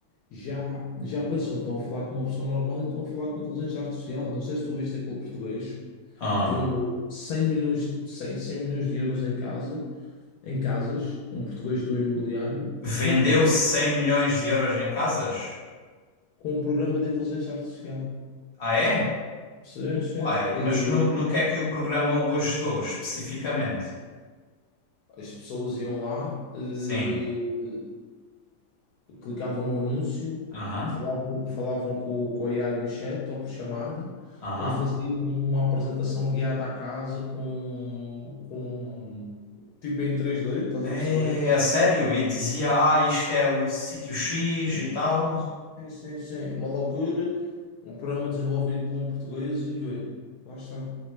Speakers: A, on the left; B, on the left.
A: já, já pensam que estão a falar com uma pessoa normal e estão a falar com inteligência artificial. Não sei se tu viste aquele português
B: Ah.
A: que vendeu cem milhões, de- 100 100 milhões de euros em casa, em casas, um português do imobiliário,
B: Vendeu
A: com um programa,
B: 100 milhões de euros em casas?
A: com um programa de inteligência artificial.
B: Ah, é?
A: Sim, sim,
B: Uai,
A: sim. Eh,
B: mas no, no que é que o programa o ajudou especificamente?
A: As pessoas iam lá, eh,
B: Sim.
A: eh, clicavam num anúncio,
B: Aham,
A: falavam, falavam com, com a AI no chat ou por chamada.
B: aham.
A: Ele fazia uma apresentação guiada à casa com, com tipo em três d estás
B: É,
A: a perceber?
B: a sério? E dizia, ah, isto é o sítio X
A: Sim,
B: e
A: sim,
B: tal.
A: sim. Sim, sim, sim. Uma loucura. Um programa desenvolvido por um português e vê, lá está.